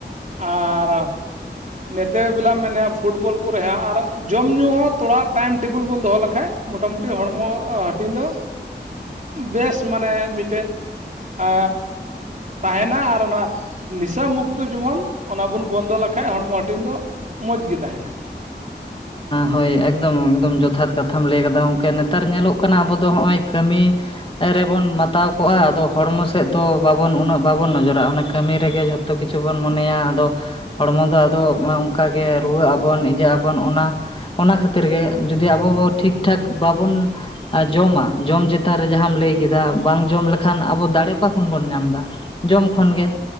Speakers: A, on the right; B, on the left.
A: ᱟᱨ᱾ ᱱᱚᱛᱮ ᱵᱮᱞᱟ ᱢᱮᱱᱭᱟ ᱯᱷᱩᱴᱵᱚᱞ ᱠᱚᱨᱮ ᱦᱚᱸ ᱟᱨ ᱡᱚᱢ ᱧᱩ ᱦᱚᱸ ᱛᱷᱚᱲᱟ ᱴᱟᱭᱤᱢ ᱴᱮᱵᱤᱞ ᱵᱚᱱ ᱫᱚᱦᱚ ᱞᱮᱠᱷᱟᱡ᱾ ᱢᱚᱴᱟ ᱢᱩᱴᱤ ᱦᱚᱲᱢᱚ ᱦᱟᱹᱴᱤᱧ ᱫᱚ᱾
B: <unintelligible>
A: ᱵᱮᱥ ᱢᱟᱱᱮ ᱢᱤᱫᱴᱮᱜ ᱟ᱾ ᱛᱟᱦᱮᱱᱟ ᱟᱨ ᱚᱱᱟ ᱱᱤᱥᱟ ᱢᱩᱠᱛᱚ ᱡᱮᱢᱚᱱ ᱚᱱᱟ ᱵᱚᱱ ᱵᱚᱱᱫᱚ ᱞᱮᱠᱷᱟᱱ᱾ ᱠᱷᱟᱡ ᱦᱚᱲᱢᱚ ᱦᱟᱹᱴᱤᱧ ᱫᱚ ᱢᱚᱡᱽ ᱜᱮ ᱛᱟᱦᱮᱱᱟ᱾
B: ᱦᱳᱭ ᱮᱠᱫᱚᱢ ᱮᱠᱫᱚᱢ ᱡᱚᱛᱷᱟᱛ ᱠᱟᱛᱷᱟᱢ ᱞᱟᱹᱭ ᱠᱟᱫᱟ ᱜᱚᱝᱠᱮ ᱱᱮᱛᱟᱨ ᱧᱮᱞᱚᱜ ᱠᱟᱱᱟ ᱟᱵᱚ ᱫᱚ ᱱᱚᱜᱼᱚᱭ ᱠᱟᱹᱢᱤ᱾ ᱨᱮᱵᱚᱱ ᱢᱟᱛᱟᱣ ᱠᱚᱜᱼᱟ ᱟᱫᱚ ᱦᱚᱲᱢᱚ ᱥᱮᱫ ᱫᱚ ᱵᱟᱵᱚᱱ ᱩᱱᱟᱹᱜ ᱵᱟᱵᱚᱱ ᱱᱚᱡᱚᱨᱟᱜᱼᱟ ᱚᱱᱟ ᱠᱟᱹᱢᱤ ᱨᱮᱜᱮ ᱡᱚᱛᱚ᱾ ᱡᱚᱛᱚ ᱠᱤᱪᱷᱩ ᱵᱚᱱ ᱢᱚᱱᱮᱭᱟ ᱟᱫᱚ ᱦᱚᱲᱢᱚ ᱫᱚ ᱟᱫᱚ ᱚᱱᱠᱟᱜᱮ ᱨᱩᱣᱟᱹᱜ ᱟᱵᱚᱱ ᱤᱭᱟᱹᱟᱹᱜ ᱟᱵᱚᱱ ᱚᱱᱟ᱾ ᱚᱱᱟ ᱠᱷᱟᱹᱛᱤᱨ ᱜᱮ ᱡᱩᱫᱤ ᱟᱵᱚ ᱵᱚ ᱴᱷᱤᱠᱼᱴᱷᱟᱠ ᱵᱟᱵᱚᱱ᱾ ᱦᱮᱸ ᱡᱚᱢᱟ ᱡᱚᱢ ᱪᱮᱛᱟᱱ ᱨᱮ ᱡᱟᱦᱟᱸᱟᱢ ᱞᱟᱹᱭ ᱠᱮᱫᱟ ᱵᱟᱝ ᱡᱚᱢ ᱞᱮᱠᱷᱟᱱ ᱟᱵᱚ ᱫᱟᱲᱮ ᱚᱠᱟ ᱠᱷᱚᱱ ᱵᱚᱱ ᱧᱟᱢ ᱫᱟ ᱡᱚᱢ ᱠᱷᱚᱱ ᱜᱮ